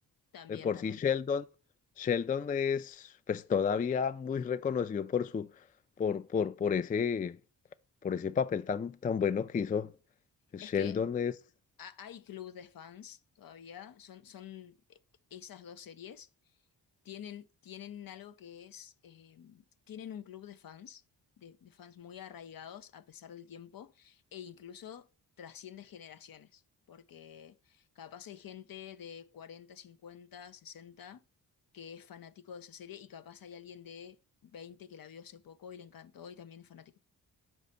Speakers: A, on the left; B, on the left.
A: también,
B: De por
A: también.
B: sí Sheldon, Sheldon es pues todavía muy reconocido por su, por, por, por ese, por ese papel tan, tan bueno que hizo. Sheldon
A: Es que
B: es,
A: ha- hay club de fans todavía, son, son esas dos series, tienen, tienen algo que es, eh, tienen un club de fans, de, de fans muy arraigados a pesar del tiempo, e incluso trasciende generaciones, porque capaz hay gente de 40, 50, 60 que es fanático de esa serie y capaz hay alguien de 20 que la vio hace poco y le encantó y también es fanático.